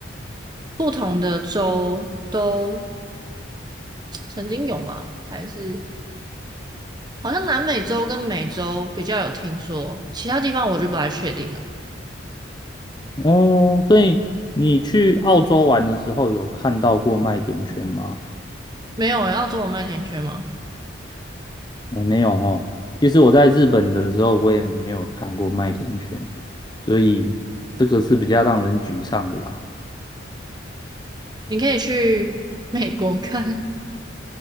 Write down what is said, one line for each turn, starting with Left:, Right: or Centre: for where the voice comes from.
Right: 不同的州都曾经有吗？还是好像南美洲跟美洲比较有听说，其他地方我就不太确定了。
Left: 哦，所以你去澳洲玩的时候有看到过麦田圈吗？
Right: 没有诶，澳洲有麦田圈吗？
Left: 嗯，没有哦。其实我在日本的时候，我也没有看过麦田圈，所以这个是比较让人沮丧的啦。
Right: 你可以去 <laughs> 美国看